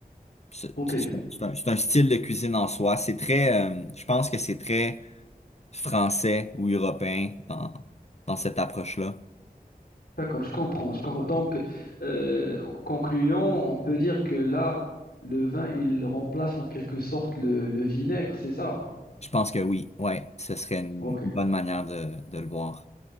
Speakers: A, on the left; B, on the left.
A: C'est
B: ok,
A: c'est un, c'est un- style de cuisine en soi. C'est très, euh, je pense que c'est très français ou européen dans, dans cette approche-là.
B: d'accord, je comprends, je comprends. Donc, euh, en concluant, on peut dire que là, le vin, il remplace en quelque sorte le, le vinaigre, c'est ça?
A: Je pense que oui, ouais, ce serait une
B: Ok,
A: une bonne manière de, de le voir.